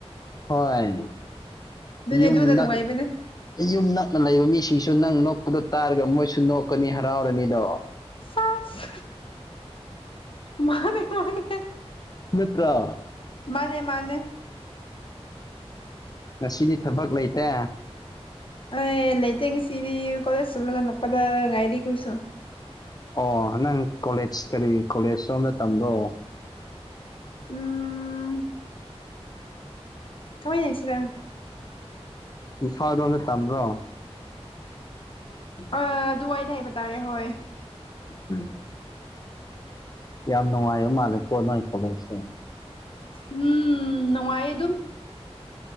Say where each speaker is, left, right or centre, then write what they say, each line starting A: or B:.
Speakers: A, on the left; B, on the left.
A: ꯍꯣꯏ ꯌꯨꯝ
B: ꯑꯗꯨꯅ ꯅꯨꯡꯉꯥꯏꯕꯅꯦ
A: ꯅꯛ ꯌꯨꯝ ꯅꯛꯅ ꯂꯩꯕ ꯃꯤꯁꯤꯡꯁꯨ ꯅꯪ ꯅꯣꯛꯄꯗꯣ ꯇꯥꯔꯒ ꯃꯣꯏꯁꯨ ꯅꯣꯛꯀꯅꯤ ꯍꯔꯥꯎꯔꯅꯤꯗꯣ
B: ꯁꯥꯁ ꯃꯥꯅꯦ ꯃꯥꯅꯦ
A: ꯅꯠꯇ꯭ꯔꯣ
B: ꯃꯥꯅꯦ ꯃꯥꯅꯦ
A: ꯉꯁꯤꯗꯤ ꯊꯕꯛ ꯂꯩꯇꯦ
B: ꯑꯩ ꯂꯩꯇꯦ ꯉꯁꯤꯗꯤ ꯀꯣꯂꯦꯖ ꯆꯠꯂꯒ ꯍꯜꯂꯛꯄꯗ ꯉꯥꯏꯔꯤ ꯑꯩꯈꯣꯏꯁꯨ
A: ꯑꯣ ꯅꯪ ꯀꯣꯂꯦꯖ ꯀꯔꯤ ꯀꯣꯂꯦꯖ ꯔꯣꯝꯗ ꯇꯝꯕ꯭ꯔꯣ
B: ꯎꯝ ꯀꯃꯥꯏꯅ ꯍꯥꯏꯁꯤꯔ
A: ꯏꯝꯐꯥꯜ ꯔꯣꯝꯗ ꯇꯝꯕ꯭ꫪꯣ
B: ꯑ ꯑꯗꯨꯋꯥꯏꯗ ꯍꯥꯏꯕ ꯇꯥꯔꯦ ꯍꯣꯏ
A: ꯎꯝ ꯌꯥꯝ ꯅꯨꯡꯉꯥꯏꯕ ꯃꯥꯜꯂꯦꯀꯣ ꯅꯣꯏ ꯈꯨꯂꯩꯁꯦ
B: ꯎꯝ ꯅꯨꯡꯉꯥꯏꯌꯦ ꯑꯗꯨꯝ